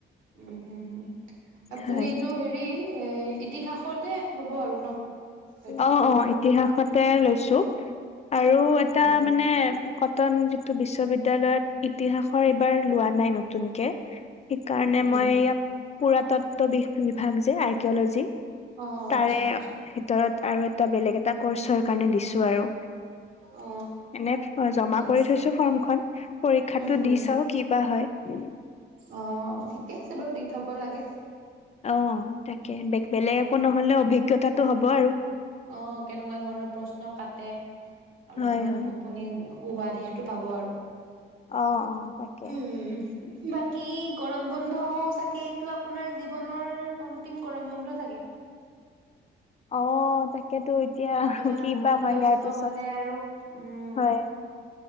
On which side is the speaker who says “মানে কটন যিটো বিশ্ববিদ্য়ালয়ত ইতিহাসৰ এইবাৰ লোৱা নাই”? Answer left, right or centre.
Left